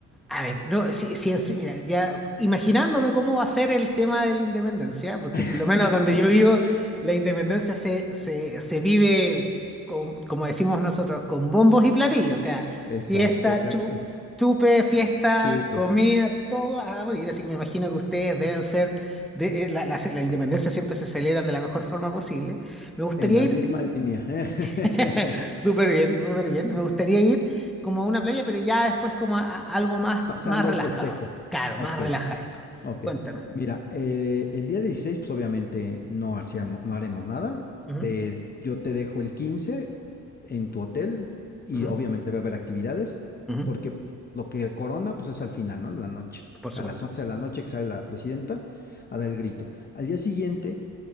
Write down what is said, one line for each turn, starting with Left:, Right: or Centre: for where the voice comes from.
Centre: A ver, no, si, si en su- mira, ya imaginándome cómo va a ser el tema de la independencia, porque
Left: <laughs>
Centre: por lo menos donde yo vivo, la independencia se, se, se vive, con- como decimos nosotros, con bombos y platillos, o sea,
Left: Exacto,
Centre: fiesta,
Left: exacto.
Centre: chu- chupe, fiesta,
Left: Chupe.
Centre: comida, todo a morir. Así que me imagino que ustedes deben ser, de, eh, la, la- la independencia siempre se celebran de la mejor forma posible. Me gustaría
Left: En la
Centre: ir
Left: misma línea. <laughs>
Centre: <laughs> Súper bien, súper bien. Me gustaría ir como a una playa, pero ya después como a, a algo más,
Left: Pasando
Centre: más relajado.
Left: el festejo.
Centre: Claro,
Left: Ok.
Centre: más relajadito.
Left: Ok,
Centre: Cuéntame.
Left: mira, eh, el día 16 pues obviamente no, hacíamos, no haremos nada.
Centre: Ujú,
Left: Te, yo te dejo el 15 en tu hotel y
Centre: ujú,
Left: obviamente va a haber actividades,
Centre: ujú.
Left: porque lo que corona, pues es al final, ¿no? En la noche,
Centre: Por supuesto.
Left: a las 11 de la noche que sale la presidenta a dar el grito. Al día siguiente,